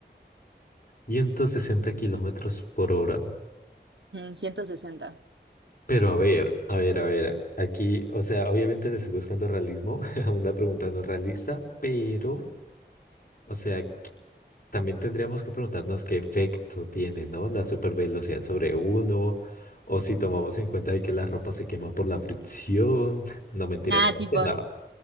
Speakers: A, on the left (about 50°); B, on the right (about 80°).
A: 160 kilómetros por hora.
B: 160.
A: Pero a ver, a ver, a ver. Aquí, o sea, obviamente le estoy buscando realismo <laughs> a una pregunta no realista, pero, o sea, También tendríamos que preguntarnos qué efecto tiene, ¿no? La supervelocidad sobre uno, o si tomamos en cuenta de que la ropa se quema por la fricción. <laughs> No, mentira,
B: Nada,
A: creo
B: tipo,
A: que no.
B: <laughs>